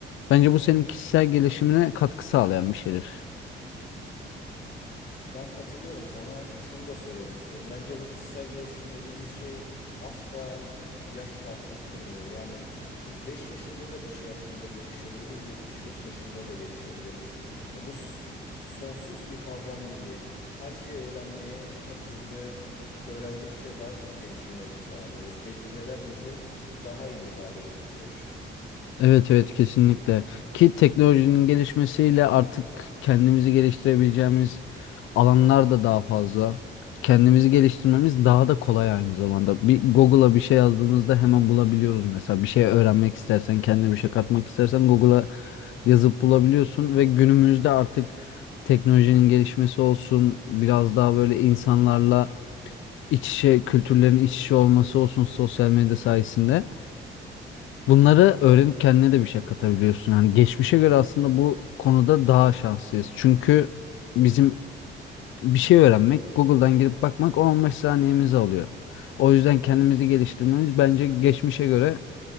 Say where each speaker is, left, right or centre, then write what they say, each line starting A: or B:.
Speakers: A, on the left; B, on the left.
A: bence bu senin kişisel gelişimine katkı sağlayan bir şeydir.
B: Ben katılıyorum sana. Şunu da söylemek istiyorum. Bence bu kişisel gelişim dediğimiz şey asla yaş fark ettirmiyor. Yani biz 5 yaşında da bir şey hakkında gelişebiliriz, 75 yaşında da gelişebiliriz. Ya bu s- sonsuz bir kavram gibi. Her şeyi öğrenmeye açız ve öğrendikçe daha çok gelişimlerimizi tamamlıyoruz. Tecrübeler bizi daha iyi hale getiriyor.
A: Evet evet kesinlikle. Ki teknolojinin gelişmesiyle artık kendimizi geliştirebileceğimiz alanlar da daha fazla. Kendimizi geliştirmemiz daha da kolay aynı zamanda. Bir Google'a bir şey yazdığımızda hemen bulabiliyoruz mesela. Bir şey öğrenmek istersen, kendine bir şey katmak istersen Google'a yazıp bulabiliyorsun ve günümüzde artık teknolojinin gelişmesi olsun, biraz daha böyle insanlarla iç içe, kültürlerin iç içe olması olsun sosyal medya sayesinde. Bunları öğrenip kendine de bir şey katabiliyorsun. Hani geçmişe göre aslında bu konuda daha şanslıyız. Çünkü bizim bir şey öğrenmek, Google'dan girip bakmak 10-15 saniyemizi alıyor. O yüzden kendimizi geliştirmemiz bence geçmişe göre